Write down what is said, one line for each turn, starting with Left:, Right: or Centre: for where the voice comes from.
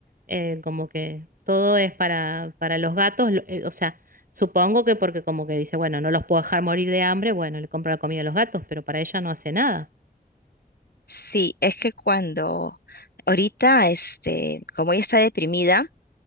Right: Eh, como que todo es para, para los gatos, lo- eh, o sea. Supongo que porque como que dice, bueno, no los puedo dejar morir de hambre, bueno, le compro la comida a los gatos, pero para ella no hace nada.
Left: Sí, es que cuando ahorita, este, como ella está deprimida,